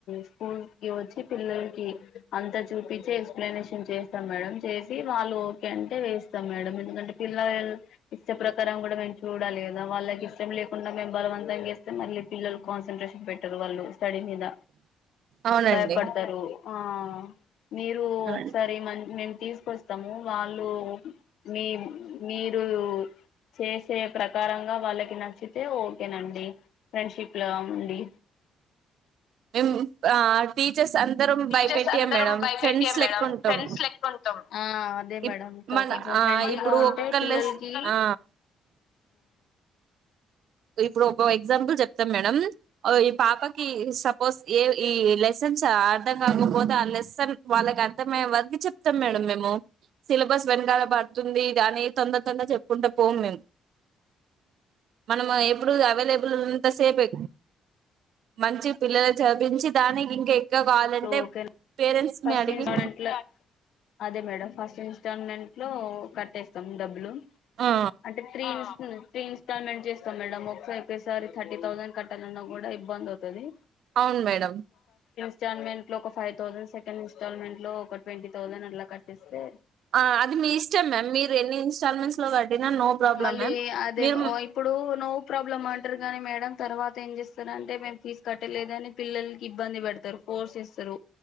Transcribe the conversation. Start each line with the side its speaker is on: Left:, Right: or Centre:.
Left: స్కూల్ కి వచ్చి పిల్లలకి అంతా చూపించి ఎక్స్ప్లెనేషన్ చేస్తాం మేడం. చేసి వాళ్ళు ఓకే అంటే వేస్తాం మేడం ఎందుకంటే పిల్లల్ ఇష్ట ప్ర కరం కూడా మేము చూడాలిగదా వాళ్ళకి ఇష్టం లేకుండా మేము బలవంతంగేస్ మళ్ళీ పిల్లలు కాన్సంట్రేషన్ పెట్ వాళ్ళు స్టడీ మీద
Right: అవునండి
Left: భయపడతరూ ఆ మీరు
Right: అవునండి
Left: ఒకసారి మం <inaudible> తీసుకొస్తాము. వాళ్ళు మేం మీర్ చేసే ప్రక్ ప్రకారంగా వాళ్ళకి నచ్చితే ఓ ఓకేనండి. ఫ్రెండ్షిప్లా ఉండి.
Right: మేం ఆ టీచర్స్ అందరం
Left: టీచర్స్
Right: భయపెట్టియం
Left: అందరం
Right: మేడం
Left: భయపెట్టియం
Right: ఫ్రెండ్స్ లెక్కుంటాం
Left: మేడం ఫ్రెండ్స్ లెక్కుంటం. ఆ అదే మేడం
Right: ఇప్
Left: ఇంకా
Right: మన
Left: కొంచం
Right: ఆ
Left: ఫ్రెండ్లీగా
Right: ఇప్పుడు
Left: ఉంటే
Right: ఒక్కళ్ళెస్
Left: పిల్లలకి
Right: ఆ ఇప్పుడు ఒక ఎగ్జాంపుల్ చెప్తాం మేడం ఈ పాపకి సపోజ్ ఏ ఈ లెసన్స్ అర్థం కాకపోతే ఆ లెసన్ వాళ్ళకి అర్థమయ్యే వరకి చెప్తాం మేడం మేము. సిలబస్ వెనకాల పడుతుంది అని తొందర తొందర చెప్పుకుంటా పోము మేము. మనం ఎప్పుడు అవైలబు నంత సేపే మంచి పిల్లల చదిపించి దానికి ఇంకా ఎక్కువ కావాలంటే
Left: ఓకే
Right: పేరెంట్స్
Left: ఫస్ట్
Right: ని అడిగి
Left: ఇన్స్టాల్మెంట్ అదే మేడం ఫస్ట్ ఇన్స్టాల్మెంట్లో కట్టేస్తాం డబ్బులు
Right: ఆ
Left: అంటే త్రీ త్రీ ఇన్స్టాల్మెంట్ చేస్తాం మేడం. మొత్తం ఒకేసారి థర్టీ థౌసండ్ కట్టాలన్నా కూడా ఇబ్బంది అవుతది.
Right: అవున్ మేడం.
Left: ఇస్టాల్మెంట్లో ఒక ఫైవ్ థౌసండ్ సెకండ్ ఇన్స్టల్మెంట్ లో ఒక ట్వంటీ థౌసండ్ అట్ల కట్టిస్తే
Right: ఆ అది మీ ఇష్టం మ్యామ్ మీరు ఎన్ని ఇన్స్టాల్మెంట్స్ లో కట్టినా నో ప్రాబ్లం
Left: మళ్ళీ
Right: మ్యామ్
Left: అదే
Right: మీరు
Left: ఇప్పుడు నో ప్రాబ్లమ్ అంటారు కానీ మేడం తర్వాత ఏం చేస్ తనంటే నేన్ తీస్ కట్టలేదని పిల్లల్ ఇబ్బంది బడతరు. ఫోర్స్ చేస్తరు.